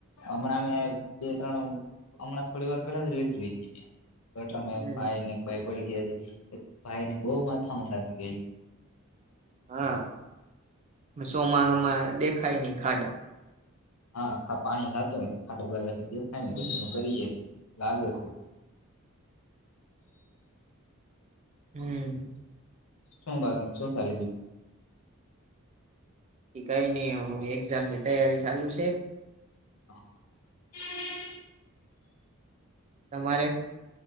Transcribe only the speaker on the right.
હમ
હા સોમાહામા દેખાય નહી ખાડા
હમ
હમ
કઈ નઈ હવ એક્ઝામની તૈયારી ચાલુ છે
તમારે